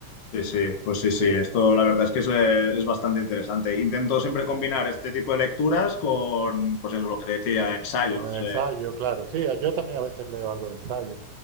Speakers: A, on the left; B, on the right.
A: sí, sí, pues sí, sí,
B: Sí.
A: esto la verdad es que es, eh, es bastante interesante. Intento siempre combinar este tipo de lecturas con, pues eso, lo que te decía, ensayos.
B: Con el ensayo, claro. Sí, a- yo también a veces leo algo de ensayo.